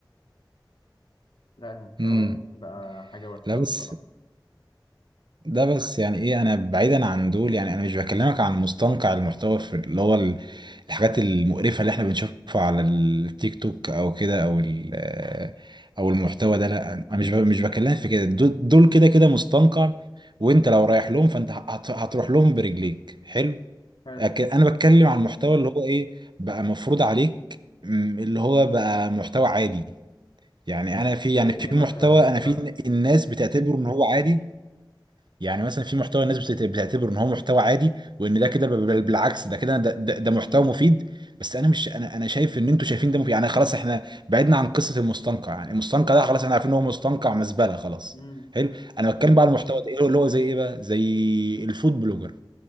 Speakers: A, on the left; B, on the right.
A: لا المحتوى
B: امم
A: بقى حاجه وحشه
B: لا
A: قوي
B: بس
A: بصراحه
B: ده بس يعني ايه انا بعيدا عن دول يعني انا مش بكلمك عن مستنقع المحتوى في اللي هو ال- الحاجات المقرفه اللي احنا بنشوفها على التيك توك او كده او ال- او المحتوى ده لا انا مش ب- مش بكلمك في كده دول دول كده كده مستنقع وانت لو رايح لهم فانت هت- هتروح لهم برجليك حلو
A: حلو
B: لكن انا بتكلم عن المحتوى اللي هو ايه بقى مفروض عليك م، اللي هو بقى محتوى عادي يعني انا في
A: زي
B: يعني
A: ايه
B: في
A: مثلا
B: محتوى
A: مش
B: انا في
A: فاهم
B: الناس بتعتبره ان هو عادي يعني مثلا في محتوى الناس بتعت- بتعتبره ان هو محتوى عادي وان ده كده بال- بالعكس ده كده ده, ده, ده محتوى مفيد بس انا مش انا انا شايف ان انتوا شايفين ده مفيد يعني خلاص احنا بعدنا عن قصه المستنقع يعني المستنقع ده خلاص احنا عارفين ان هو مستنقع مزبله خلاص
A: امم
B: حلو انا بتكلم بقى على المحتوى ده، ايه اللي هو زي ايه بقى زي الفود بلوجر